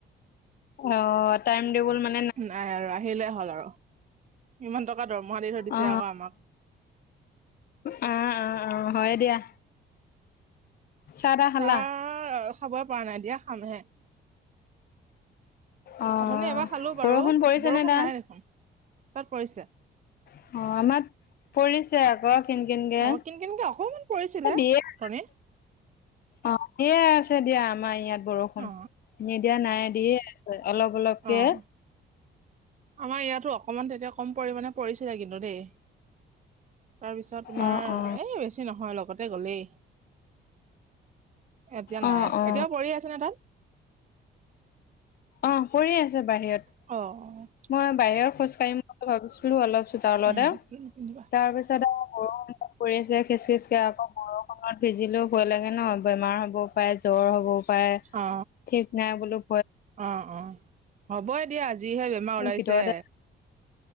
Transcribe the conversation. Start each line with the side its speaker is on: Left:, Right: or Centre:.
Left: অ' টাইম টেবুল মানে
Right: নাই আৰু আহিলেই হ'ল আৰু, ইমান টকা দৰমহা দি থৈ দিছে
Left: অ
Right: আকৌ আমাক
Left: অ', অ', অ' হয় দিয়া। চাহ তাহ খালা
Right: চাহ খাবই পৰা নাই দিয়া খাম হে
Left: অ
Right: অথনি এবাৰ খালো বাৰু,
Left: বৰষুণ পৰিছে
Right: বৰষুণ
Left: নে তাত
Right: নাই দেখোন তাত পৰিছে
Left: অ' আমাৰ ইয়াত পৰিছে আকৌ। কিন কিনকে
Right: অ' কিন কিনকে অকমান পৰিছিলে,
Left: এ দিয়ে আছে
Right: ওথনি।
Left: অ' পৰিয়ে আছে দিয়া আমাৰ ইয়াত। বৰষুণ,
Right: অ
Left: এৰি দিয়া নাই দিয়ে আছে অলপ অলপকে
Right: অ আমাৰ ইয়াতো অকমান তেতিয়া কম পৰিমাণে পৰিছিলে কিন্তু দেই তাৰপিছত তোমাৰ
Left: অ অ
Right: এই বেছি নহয় লগতে গলেই। এতিয়া
Left: অ
Right: নাই। এতিয়াও
Left: অ
Right: পৰি আছে নে তাত
Left: অ' পৰি আছে বাহিৰত।
Right: অ', অ'
Left: মই বাহিৰত খোজ কাঢ়িম বুলি ভাবিছিলো অলপ চোতলতে।
Right: উম পিন্ধিবা
Left: তাৰপিছত আৰু বৰষুন পৰি আছে খিচ খিচ কে আকৌ বৰষুনত ভিজিলেও ভয় লাগে ন, বেমাৰ হ'বও পাৰে জ্বৰ হ'বও পাৰে
Right: অ
Left: ঠিক নাই বোলোঁ
Right: অ', অ', হ'ব এ দিয়া যিহে বেমাৰ ওলাইছে।
Left: ভিতৰতে